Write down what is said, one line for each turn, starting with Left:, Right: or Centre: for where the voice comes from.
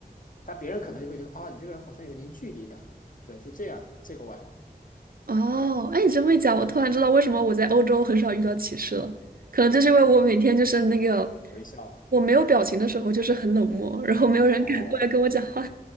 Left: 他别人可能就会觉得啊你这个人好像有点距离感，对，是这样，这个外貌
Right: 哦，哎，你这么一讲，我突然知道为什么我在欧洲很少遇到歧视了。可能就是因为我每天就是那个
Left: 啊，微笑嘛，
Right: 我没有表情的时候，就是很冷漠，然后没有人敢过来跟我讲话。
Left: 哦。